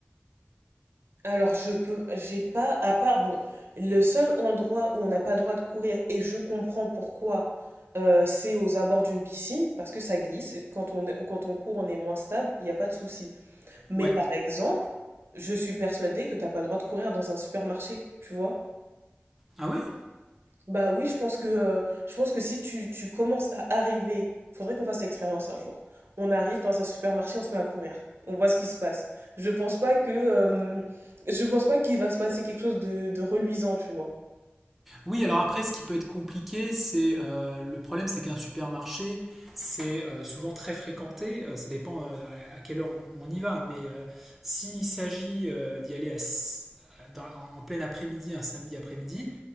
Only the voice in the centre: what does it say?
Ouais.
Ah ouais?
Oui, alors après, ce qui peut être compliqué, c'est euh, le problème, c'est qu'un supermarché, c'est euh, souvent très fréquenté. Euh, ça dépend euh, à quelle heure on, on y va, mais euh, s'il s'agit euh, d'y aller à s- dans- en en plein après-midi, un samedi après-midi,